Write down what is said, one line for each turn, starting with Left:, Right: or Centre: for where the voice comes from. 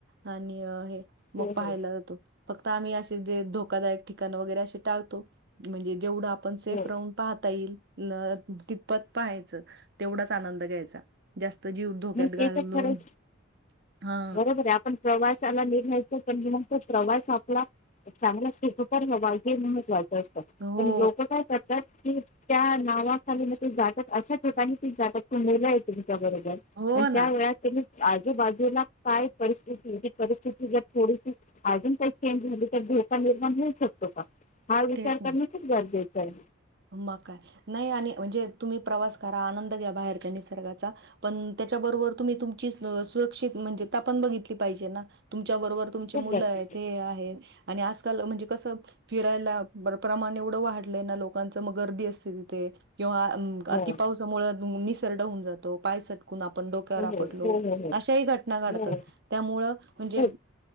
Right: आणि हे मग
Left: हो
Right: पाहायला
Left: हो
Right: जातो फक्त आम्ही असे जे धोकादायक ठिकाण वगैरे असे टाळतो म्हणजे जेवढं आपण सेफ
Left: हो
Right: राहून पाहता येईल ल कितपत पाहायचं तेवढाच आनंद घ्यायचा जास्त जीव धोक्यात
Left: मग
Right: घालून
Left: ते तर खरंच
Right: हा
Left: बरोबर हाय आपण प्रवास <unintelligible> तो प्रवास आपला चांगला सुखोपर हवा हे महत्वाच
Right: हो
Left: पण लोक काय करतात. की त्या नावाखाली नुसती जातक अशा ठिकाणी ती जातक त मुलं येतील. <unintelligible>
Right: हो
Left: आणि त्या
Right: ना
Left: वेळेला तिने आजूबाजूला काय परिस्थिती जी परिस्थिती जर थोडीशी अजून काही चेंज झाली तर धोका निर्माण होऊ शक का हा विचार
Right: तेच ना
Left: करण खूप गरजेचं हाय.
Right: मग काय नाही आणि म्हणजे तुम्ही प्रवास करा आनंद घ्या बाहेरच्या निसर्गाचा पण ते त्याबरोबर तुम्ही तुमची सुरक्षित म्हणजे आपण बघितली पाहिजे ना तुमची त्याचा बरोबर तुमचे
Left: खूप
Right: मुलं
Left: गरजेचं
Right: आहे ते आहेत. आणि आजकाल म्हणजे कसं फिरायला प्रमाण एवढं वाढलंय ना लोक लोकां मग गर्दी असते तिथे किंवा
Left: हो
Right: अति पावसामुळे निसर्ड होऊन जातो पाय स आपण डोक्यावर
Left: हो
Right: आपडलो
Left: हो हो हो
Right: अशाही घटना
Left: हो
Right: घडतात त्यामुळं म्हणजे
Left: हो